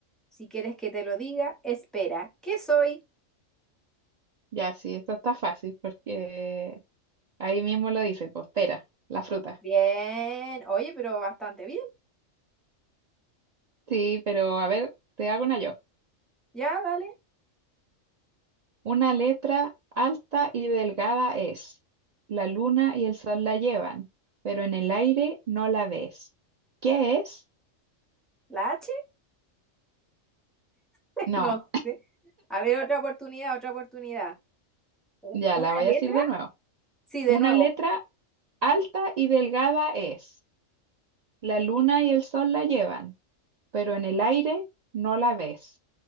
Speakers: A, in the centre; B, on the right.
A: Si quieres que te lo diga, espera, ¿qué soy?
B: Ya, sí, esto está fácil porque ahí mismo lo dice, pues pera, la fruta.
A: Bien, oye, pero bastante bien.
B: Sí, pero a ver, te hago una yo.
A: Ya, dale,
B: Una letra alta y delgada es. La luna y el sol la llevan, pero en el aire no la ves. ¿Qué es?
A: la H. <laughs>
B: No,
A: No sé. A ver, otra oportunidad, otra oportunidad. U-
B: ya
A: ¿Una
B: la voy
A: letra?
B: a decir de nuevo.
A: Sí, de
B: Una
A: nuevo.
B: letra alta y delgada es. La luna y el sol la llevan, pero en el aire no la ves.